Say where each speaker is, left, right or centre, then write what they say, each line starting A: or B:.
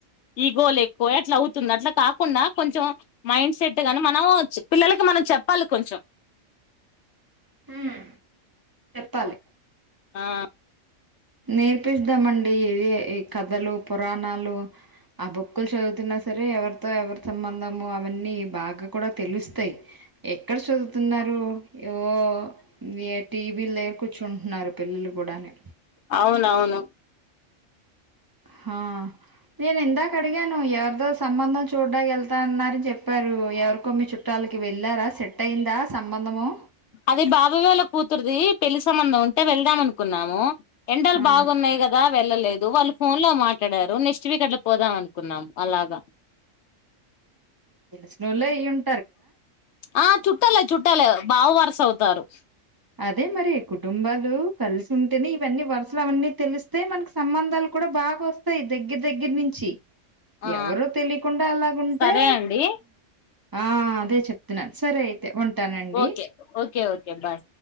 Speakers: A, on the left; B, on the right.
A: ఈగోలు ఎక్కువ అయి అట్లా అవుతుంది అట్లా కాకుండా కొంచెంమ్ మైండ్ సెట్ గాని మనం పిల్లలకి మనం చెప్పాలి కొంచెం
B: మ్ చెప్పాలి
A: ఆ
B: నేర్పిస్థామ అండి డీ ఇవే ఏ కథలు పురాణాలు ఆ బుక్కుల్ చదువుతుఉన్న స సరే ఎవరితో ఎవరి సంబంధము అవ అన్నీ బాగా కూడా తెలుస్తాయి ఎక్కడ చదువుతు ఉన్నారు రూ ఏవో ఏ టీవీ లేకు కూర్చుంటుఉన్నారు పిల్లలు కూడా అని
A: అవును అవును
B: హ నేను ఇందాక అడిగాను ఎవర్దో సంబంధం చూ చూడ్డాఅనికి వెళ్తా అన్నారు చెప్పారు ఎవరికో మీ చుట్టాలకి వెళ్ళారా సెట్ అయిందా సంభం ఉందము
A: అది బాబు గాళ్ళ కూతురుది పెళ్లి సంబంధం ఉంటే వెళ్దాంమ్ అనుకు ఉన్నాము ఎండల్
B: ఆ
A: బాగుఉన్నాయి గదా వెళ్ళలేదు వాళ్ళు ఫోన్ లో మాట్లాడారు నెక్స్ట్ వీక్ అట్లా పోదాం అనుకు ఉన్నాము అలాగా
B: తెలిసినోళ్లే ఈయన్
A: ఆ చుట్టాలే చుట్టాలే బావ వరస అవుతారు
B: అదే మరి కుటుంబాలు కలిసి ఉంటేనే ఇవన్నీ వరుసలు అవన్నీ తెలిస్తే మనకి సంబంధాలు కూడా బాగొస్తాయి దెగ్గిర్ దెగ్గిర్ నించి
A: ఆ
B: ఎవరు తెలియకుండా అలాగుంటే
A: సరే అండి
B: ఆ అదే చెప్తున్నా సరే అయితే ఉంటానండి
A: ఓకే ఓకే ఓకే బాయ్